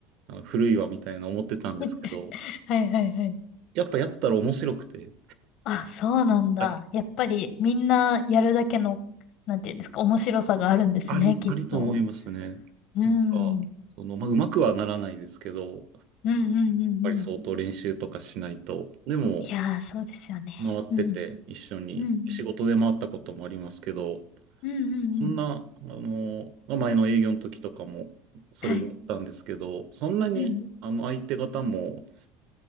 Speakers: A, on the right; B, on the left.
A: あの古いわみたいな思ってたんですけど、
B: <laughs> はいはいはい。
A: やっぱやったら面白くて、
B: あ、そうなんだ。
A: あり、
B: やっぱりみんなやるだけの、なんていうんですか、面白さがあるんですね、
A: あり、
B: きっと。
A: ありと思いますね。
B: うん。
A: なんか、
B: うん
A: その、まあうまくはならないですけど、やっ
B: うんうんうん。
A: ぱり相当練習とかしないと。でも、
B: いやー、そうですよね。
A: 回ってて一緒に仕事で回ったこともありますけど、
B: うん。うんうん。うんうんうん。
A: そんな、あの、まあ前の営業の時とかもそれでやったんですけど、
B: はい。
A: そんなにあの相手方も
B: うん。